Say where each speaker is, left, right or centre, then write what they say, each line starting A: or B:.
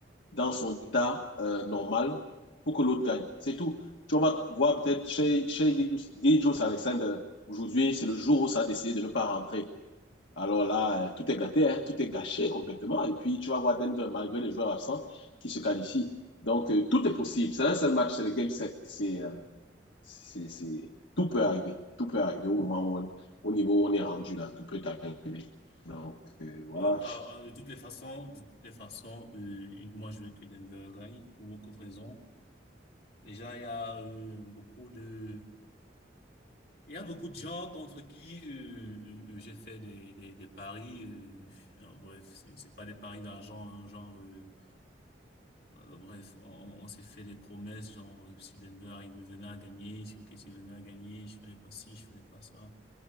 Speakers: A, on the left (about 75°); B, on the left (about 55°).
A: dans son état euh, normal pour que l'autre gagne. C'est tout. Tu vas voir peut-être chez, chez Gijus Alexander, aujourd'hui, c'est le jour où ça a décidé de ne pas rentrer. Alors là, euh, tout est gâté, hein, tout est gâché complètement. Et puis, tu vas voir Denver, malgré les joueurs absents, qui se qualifient. Donc, euh, tout est possible. C'est un seul match, c'est le game set. C'est, euh, c'est, c'est... Tout peut arriver. Tout peut arriver au moment où on, au niveau où on est rendu là. Tout peut arriver. Donc, euh, voilà.
B: Bon, euh, euh, de toutes les façons, de toutes les façons, euh, moi je veux que Denver gagne pour beaucoup de raisons. Déjà, il y a euh, beaucoup de, il y a beaucoup de gens contre qui euh, euh, euh, j'ai fait des, des, des paris. euh, non, bref, c'est c'est pas des paris d'argent, hein, genre, euh, euh, bref, on, on on s'est fait des promesses, genre euh, si Denver il venait à gagner, si OKC venait à gagner, je ferais pas ci, je ferais pas ça.